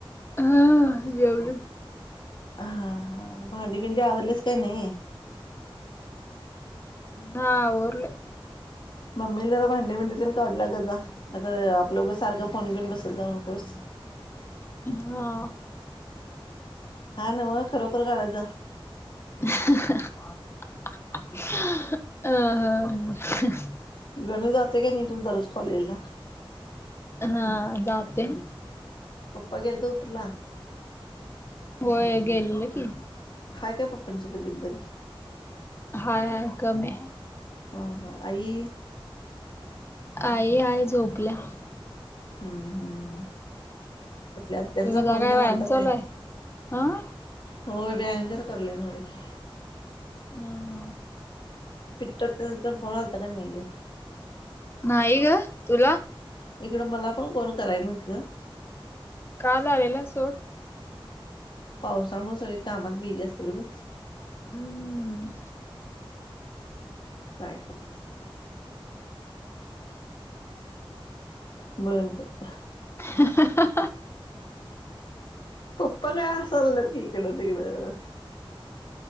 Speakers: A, on the left; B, on the left.
A: हा जेवलीत.
B: हा हा भांडी भिंडी आवरलीस काय नाही.
A: हा आवरलोय.
B: मम्मीला जरा भांडी भिंडी काढू लागत जा नाही तर आपलं उगाच सारखं फोन घेऊन बसत जाऊ बसू नकोस.
A: हा,
B: हां नव खरोखर काढत जा.
A: अहह हहह.
B: गणू जातोय काय नाही दररोज कॉलेज ला.
A: हा जातोय.
B: पप्पा गेलत हुपरीला.
A: होय गेलेलं की.
B: हाय काय पप्पांची तब्येत बरी.
A: हाय हाय कमी आहे.
B: हा हा आई.
A: आई हाय झोपल्या.
B: हम् हम्. कुठल्या आत्यांचा
A: तुझा
B: फोन तेन
A: व्यायाम
B: आलता
A: चालू
B: काय.
A: आहे हा
B: होय व्यायाम जरा करालोय नॉर्वे वॅक्स.
A: हम्.
B: पिठू आत्यांचा फोन येन आलता काय नाही ग.
A: नाही ग तुला.
B: इकडं मला पण कॉल कराय ग.
A: काल आलेला सोड.
B: पावसामुळ सगळी कामात बिजी असतील ग.
A: हम्.
B: काय करयचं? बर बर.
A: <inaudible>
B: पप्प काय आसाय लागल्यात की इकडं तिकडं.